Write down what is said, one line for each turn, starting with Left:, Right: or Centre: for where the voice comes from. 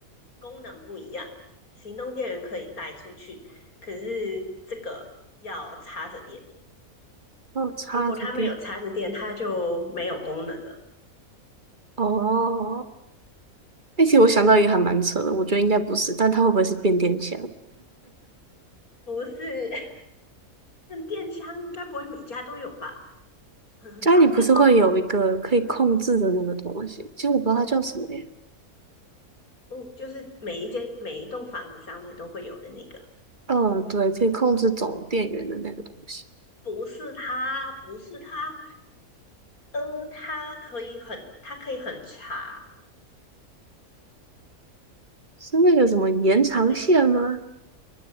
Left: 功能不一样。行动电源可以带出去，可是这个要插着电，
Right: 嗯，插着电。
Left: 如果它没有插着电，它就没有功能了。
Right: 哦，哎，其实我想到一个还蛮扯的，我觉得应该不是，但它会不会是变电箱？
Left: 不是，那电箱应该不会每家都有吧？很很常见吗？
Right: 家里不是会有一个可以控制的那个东西？其实我不知道它叫什么耶。
Left: 哦，就是每一间每一栋房子上面都会有的那个。
Right: 嗯，对，可以控制总电源的那个东西，
Left: 不是他，不是他，呃，它可以很，它可以很长，
Right: 是那个什么延长线吗？
Left: 也可以很。